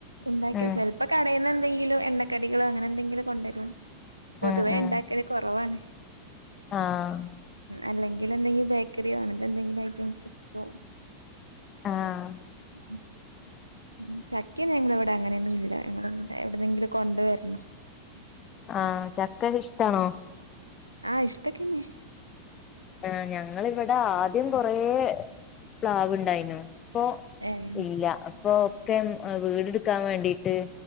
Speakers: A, on the right; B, on the left.
A: ഉണ്ടാക്ക്യ
B: ഉം
A: ചെല്പ്പൊ കടേന്ന് ന്തെങ്കിലു എണ്ണ കടികൾ അങ്ങനെന്തെകിലും കൊണ്ടരും പൊതുവെ
B: ഉം ഉം
A: ഇണ്ടാക്കൽ കൊറവാണ്
B: ആഹ്
A: അല്ലങ്കിലെന്തെങ്കി ബേക്ക േറ്യാ അങ്ങനത്തെന്തെകിലൊ അയ്റ്റംസ് കൊ
B: ആഹ്
A: <unintelligible> ചക്ക്യന്നു ഞങ്ങളവ്ടെ അങ്ങനെന്നും ഇല്ല ഞങ്ങൾ എവ്ട്ന്നെങ്കിലു കൊണ്ട് വര്ണം
B: ആഹ് ചക്കക്ഷ്ടാണോ
A: ആ ഇഷ്ട്ടൊകെന്നെ
B: ആ ഞങ്ങ ഞങ്ങൾ ഇവിടെ ആദിയം ഇവിടെ കുറേ പ്ലാവ് ഉണ്ടായിനു. പ്പോ
A: ഏഹ്
B: ഇല്ല പ്പൊ ഒക്കെ വീട് ഇടുക്കാൻ വേണ്ടിട്ട്